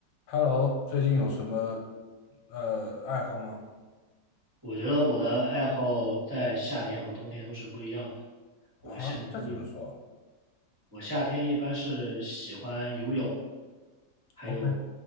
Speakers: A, on the left; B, on the right.
A: Hello，最近有什么呃爱好吗？
B: 我觉得我的爱好在夏天和冬天都是不一样的。
A: 啊，
B: 我夏天一
A: 这怎么说
B: 我夏天一般是喜欢游泳，还有，
A: ？OK，